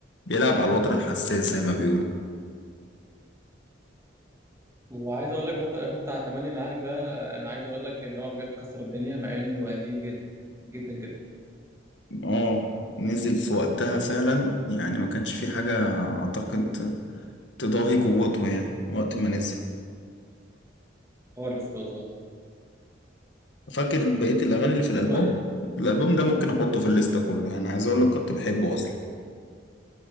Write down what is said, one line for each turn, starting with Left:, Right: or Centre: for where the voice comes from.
Left: بيلعب على الوتر الحساس زي ما بيقولوا
Right: وعايز اقول لك برضه الالبوم بتاع تملي معاك ده آه، انا عايز اقول لك ان هو بجد كسر الدنيا مع انه قديم جدا جدا جدا
Left: اه نزل في وقتها فعلا يعني ما كانش في حاجة أعتقد تضاهي قوته يعني وقت ما نزل
Right: خالص بالظبط
Left: فاكر بقية الأغاني اللي في الألبوم
Right: طيب
Left: الألبوم ده ممكن أحطه في الليستة كله أنا عايز أقول لك كنت بحبه أصلا